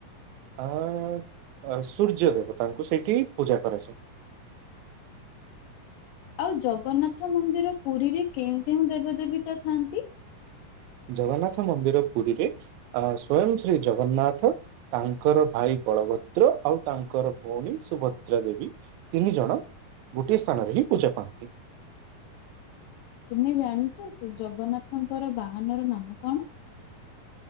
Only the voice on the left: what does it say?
ଆଉ ଜଗନ୍ନାଥ ମନ୍ଦିର ପୁରୀରେ କେଉଁ କେଉଁ ଦେବ ଦେବୀତା ଥାଆନ୍ତି?
ତୁମେ ଜାଣିଛ ସେ ଜଗନ୍ନାଥଙ୍କର ବାହାନ ର ନାମ କଣ?